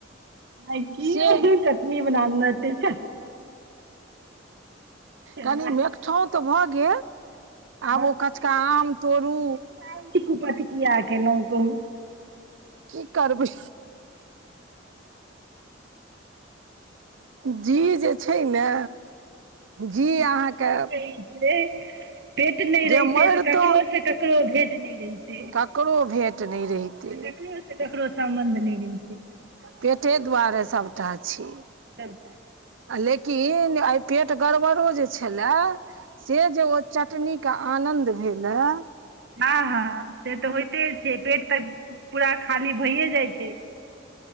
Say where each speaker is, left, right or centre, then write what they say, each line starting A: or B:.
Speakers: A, on the right; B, on the right.
A: आई की
B: से
A: ओ चटनी बनाना <unintelligible> चरबा
B: कनी मेठाँ तऽ भऽ गेल आब
A: हम तऽ
B: ओ कचका
A: रहै छी,
B: आम तोड़ू
A: लेकिन आइ ई कुपथ कीया केलौ कहु
B: की करबै जी जे छै ने जी अहाँके
A: ठीके कहै छै भेट नहि
B: जे
A: रहितै
B: मरतो
A: तऽ ककरो से ककरो भेट नहि रहितै
B: ककरो भेट नय रहि ते
A: केकरो से ककरो सम्बंध नय रैहितै
B: पेटे दुआरे सभटा छै
A: सबटा
B: लेकिन आइ पेट गड़बड़ो जे छएला से जे ओ चटनी के आनंद भेलाय
A: हँ हँ से तऽ होइते छै पेट तऽ पूरा खाली भए जाइ छै